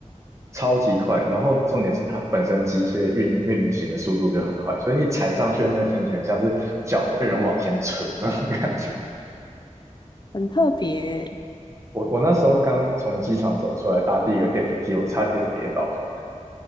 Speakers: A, on the right (about 25°); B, on the left (about 35°).
A: 超级快，然后重点是它本身机械运运行的速度就很快，所以你踩上去的那个瞬间，像是脚被人往前扯那种感觉。
B: 很特别耶
A: 我我那时候刚从机场走出来，搭第一个电扶梯，我差点跌倒了。